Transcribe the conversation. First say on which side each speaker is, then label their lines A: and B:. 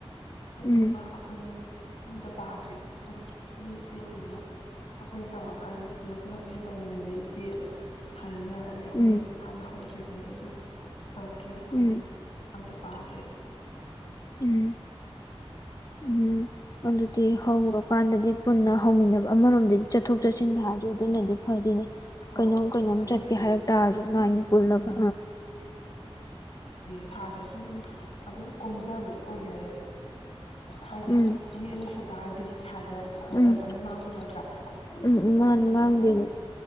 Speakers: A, on the left; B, on the left.
A: ꯑꯗꯨꯗꯤ
B: ꯎꯝ
A: ꯃ ꯑꯩꯈꯣꯏꯅꯤ ꯑꯝꯇ ꯄꯥꯗ꯭ꯔꯤ ꯑꯗꯨꯝ ꯑꯗꯨꯗꯤ ꯏꯆꯦꯈꯣꯏꯅ ꯑꯩꯈꯣꯏꯅ ꯇꯧꯔꯀꯥꯟꯗ ꯄꯨꯂꯞ ꯄꯨꯂꯞ ꯑꯣꯏꯅ ꯇꯧꯃꯤꯟꯅꯖꯦ ꯏꯆꯦꯅ ꯍꯥꯏꯅꯔꯅꯤ ꯑꯩꯈꯣꯏꯅꯤ
B: ꯎꯝ
A: ꯏꯃꯥꯥꯁꯨ ꯍꯧ ꯑꯩꯖꯨ ꯇꯧꯗ꯭ꯔꯦ ꯑꯩꯈꯣꯏꯅꯤ
B: ꯎꯝ
A: ꯑꯝꯇ ꯄꯥꯗ꯭ꯔꯦ
B: ꯎꯝ ꯎꯝ ꯑꯗꯨꯗꯤ ꯍꯧꯔꯀꯥꯟꯗꯗꯤ ꯄꯨꯟꯅ ꯍꯧꯃꯤꯟꯅꯕ ꯑꯃꯔꯣꯝꯗꯗꯤ ꯆꯠꯊꯣꯛ
A: ꯎꯝ
B: ꯆꯠꯁꯤꯟ ꯊꯥꯁꯨ ꯑꯗꯨꯅꯗꯤ ꯐꯗꯣꯏꯅꯦ
A: ꯍꯣꯏ
B: ꯀꯩꯅꯣꯝ ꯀꯩꯅꯣꯝ
A: ꯐꯗꯤ
B: ꯆꯠꯆꯦ
A: ꯐꯩꯌꯦꯕ
B: ꯍꯥꯏꯔꯛ
A: ꯏꯆꯦ
B: ꯇꯥꯔꯁꯨ ꯅꯣꯏꯅꯤ ꯄꯨꯜꯂꯒ
A: ꯊꯥꯔꯗꯁꯨ ꯑꯝ ꯑꯗꯨꯝ ꯀꯣꯝꯖꯕꯗꯣ ꯑꯣꯏꯔꯦ ꯍꯥꯏꯗꯤ
B: ꯎꯝ
A: ꯃꯤ ꯑꯅꯤ ꯁꯨ ꯇꯥꯔꯗꯤ ꯁꯥꯔꯗ ꯃꯇꯝ
B: ꯎꯝ
A: ꯑꯅꯤ ꯃꯥꯡꯗꯣꯏ ꯅꯠꯇ꯭ꯔꯥ
B: ꯎꯝ ꯎꯝ
A: ꯃꯨꯛ
B: ꯃꯥꯅꯤ
A: ꯑꯗꯨꯝ
B: ꯃꯥꯡꯗꯦꯅꯦ
A: ꯑꯩꯈꯣꯏ